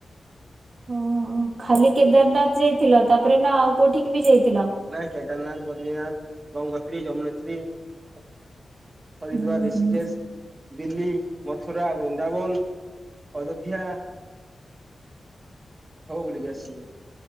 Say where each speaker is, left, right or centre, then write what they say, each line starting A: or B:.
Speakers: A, on the right (about 60°); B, on the right (about 30°).
A: ଓହୋ ଖାଲି କେଦାରନାଥ
B: ହୁଁ।
A: ଯାଇଥିଲ। ତାପରେ ନା ଆଉ କୋଉଠିକି ବି ଯାଇଥିଲ।
B: ନାଇଁ କେଦାରନାଥ, ବଦ୍ରୀନାଥ, ଗଙ୍ଗୋତ୍ରୀ, ଯମୁନେତ୍ରୀ। ହରିଦ୍ବାର
A: ହୁଁ
B: ଏରେସିିକେଜ।
A: ହୁଁ
B: ଦିଲ୍ଲୀ, ମଥୁରା, ବୃନ୍ଦାବନ, ଅଯୋଧ୍ୟା। ସବୁ ବୁଲିକି ଆସିଛି।